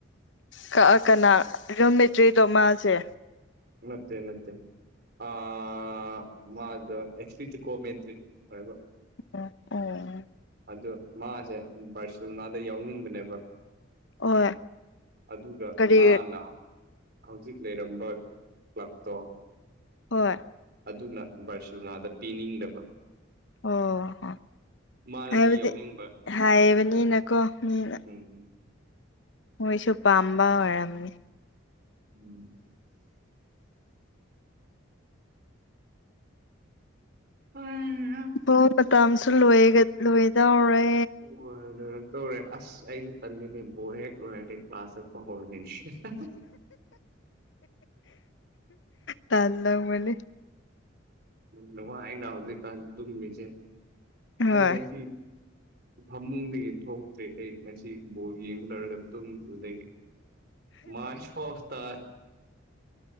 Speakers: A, on the left; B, on the right.
A: ꯀꯛꯑ ꯀꯅꯥ ꯌꯨꯝꯃꯤꯠꯇ꯭ꯔꯤꯗꯣ ꯃꯥꯁꯦ
B: ꯃꯠꯇꯦ ꯃꯠꯇꯦ ꯑ ꯃꯥꯗꯨ <unintelligible> ꯀꯣꯃꯦꯟꯗꯔꯤ ꯍꯣꯏꯕ
A: ꯑꯣ ꯑꯣ
B: ꯑꯗ‌ꯣ ꯃꯥꯁꯦ ꯕꯥꯔꯁꯦꯂꯣꯅꯥꯗ ꯌꯥꯎꯅꯤꯡꯕꯅꯦꯕ
A: ꯍꯣꯏ
B: ꯑꯗꯨꯒ
A: ꯀꯔꯤ
B: ꯃꯥꯅ ꯍꯧꯖꯤꯛ ꯂꯩꯔꯝꯕ ꯀꯂꯥꯞꯇꯣ
A: ꯍꯣꯏ
B: ꯑꯗꯨꯅ ꯕꯥꯔꯁꯦꯂꯣꯅꯥꯗ ꯄꯤꯅꯤꯡꯗꯕ
A: ꯑꯣ ꯍ‌ꯣꯏ
B: ꯃꯥꯅꯗꯤ
A: ꯍꯥꯏꯕꯗꯤ
B: ꯌꯥꯎꯅꯤꯡꯕ
A: ꯍꯥꯏꯕꯅꯤꯅꯀꯣ ꯃꯤꯅ
B: ꯎꯝ ꯎꯝ
A: ꯃꯣꯏꯁꯨ ꯄꯥꯝꯕ ꯑꯣꯏꯔꯝꯅꯤ
B: ꯎꯝ ꯍ‌ꯣꯏ
A: ꯑꯣ ꯃꯇꯝꯁꯨ ꯂ‌ꯣꯏꯒ ꯂꯣꯏꯗꯧꯔꯦ
B: ꯑꯣ ꯂ‌ꯣꯏꯔꯛꯇꯧꯔꯦ ꯑꯁ ꯑꯩꯁꯦ ꯇꯜꯂ‌ꯦꯅ‌ꯦ ꯕ‌ꯣꯜ ꯍ‌ꯦꯛ ꯂ‌ꯣꯏꯔꯗꯤ ꯀ꯭ꯂꯥꯁ ꯆꯠꯄ ꯍꯧꯔꯅꯤ <inaudible>
A: ꯇꯟꯂꯝ ꯃꯅꯤ
B: ꯅꯨꯡꯉꯥꯏꯅ ꯍꯧꯖꯤꯛꯀꯥꯟ ꯇꯨꯝꯃꯤꯁꯦ
A: ꯍꯣꯏ
B: ꯑꯩ ꯉꯁꯤ ꯐꯃꯨꯡꯗꯒꯤ ꯊꯣꯛꯇ꯭ꯔꯤ ꯑꯩ ꯉꯁꯤ ꯕꯣꯜ ꯌꯦꯡ ꯂ‌ꯣꯏꯔꯒ ꯇꯨꯝꯈꯤꯕꯗꯒꯤ ꯃꯥꯥꯏꯁ ꯁ‌ꯣꯏꯇ